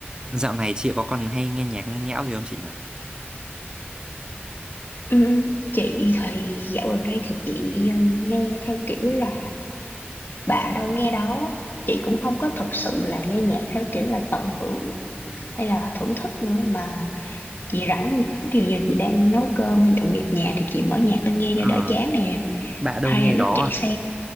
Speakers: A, on the right (about 20°); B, on the left (about 60°).
A: Dạo này chị có còn hay nghe nhạc nghe nhẽo gì không chị nhỉ?
B: Ừ, chị thì dạo gần đây thì chị ờ, nghe theo kiểu là bà đâu nghe đó chị cũng không có thật sự là nghe nhạc theo kiểu là tận hưởng hay là thưởng thức nữa mà chị rảnh ví dụ như chị đang nấu cơm hay dọn dẹp nhà thì chị mở nhạc lên nghe cho
A: Ờ,
B: đỡ chán nè
A: bạn đâu
B: hay
A: nghe
B: là lúc
A: đó
B: chạy xe
A: à?